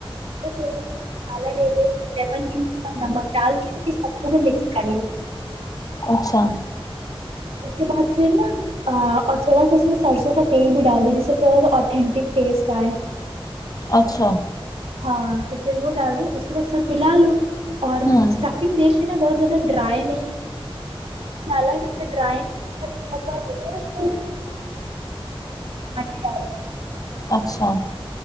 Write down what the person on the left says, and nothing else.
اچھا
اچھا
ہوں
اچھا